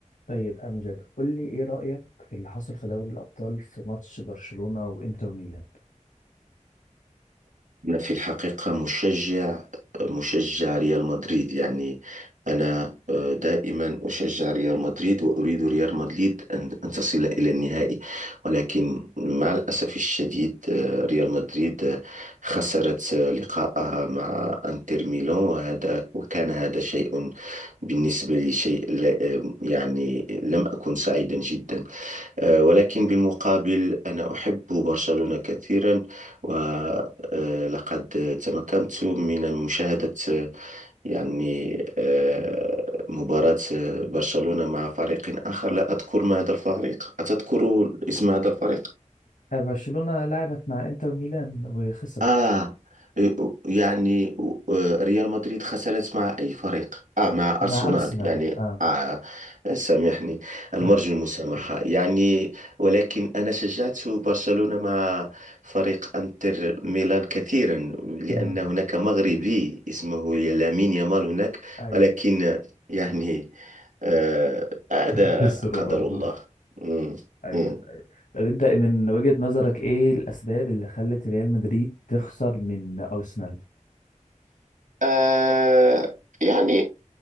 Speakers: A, on the left (about 80°); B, on the right (about 80°).
A: طيب امجد قول لي ايه رايك في اللي حصل في دوري الابطال في ماتش برشلونه وانتر ميلان
B: أنا في الحقيقة مشجع مشجع ريال مدريد يعني أنا آه، دائما أشجع ريال مدريد وأريد ريال مدريد أن أن تصل إلى النهائي ولكن مع الأسف الشديد آه، ريال مدريد آه، خسرت آه، لقاءها مع أنتر ميلان وهذا وكان هذا شيء بالنسبة لي شيء لا- آه، يعني لم أكن سعيدا جدا آه، ولكن بالمقابل أنا أحب برشلونة كثيرا ولقد تمكنت من مشاهدة آه، يعني آه، مباراة آه، برشلونة مع فريق آخر لا أذكر ما هذا الفريق أتذكر اسم هذا الفريق؟
A: آه، برشلونه لعبت مع انتر ميلان وخسرت
B: آه يعني آه، ريال مدريد خسرت مع أي فريق؟ آه مع أرسنال
A: مع ارسنال
B: يعني
A: اه
B: آه سامحني المرجو
A: اه
B: المسامحة
A: كده.
B: يعني ولكن أنا شجعت برشلونة مع فريق أنتر ميلان كثيرا لأن
A: اه
B: هناك مغربي اسمه لامين يامال هناك
A: ايوه
B: ولكن يعني آه هذا
A: <laughs> خسروا
B: قدر
A: برضه
B: الله مم.
A: ايوه
B: مم.
A: ايوه طب انت من وجهه نظرك ايه الاسباب اللي خلت ريال مدريد تخسر من ارسنال
B: آه يعني